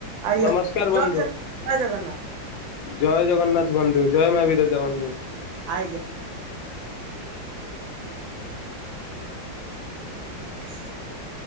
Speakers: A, on the right; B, on the left.
A: ଆଜ୍ଞା
B: ନମସ୍କାର
A: ଜୟ
B: ବନ୍ଧୁ।
A: ଜଗ ଜୟ ଜଗନ୍ନାଥ
B: ଜୟ ଜଗନ୍ନାଥ ବନ୍ଧୁ ଜୟ ମା ବିରଜା ବନ୍ଧୁ।
A: ଆଜ୍ଞା। <inaudible>